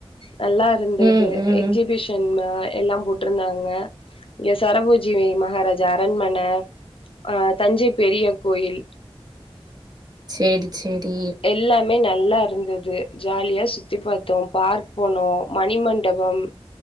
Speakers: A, on the left (about 65°); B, on the right (about 40°).
A: நல்லா இருந்தது
B: ம், ம்.
A: எக்ஸிபிஷ் தென்ம எல்லாம் போட்டிருந்தாங்க இங்க சரபூஜி மகாராஜா அரண்மன அ தஞ்சை பெரிய கோயில்
B: சேரி சேரி
A: எல்லாமே நல்லா இருந்தது ஜாலியா சுத்தி பார்த்தோ பார்க் போனோ மணிமண்டபம்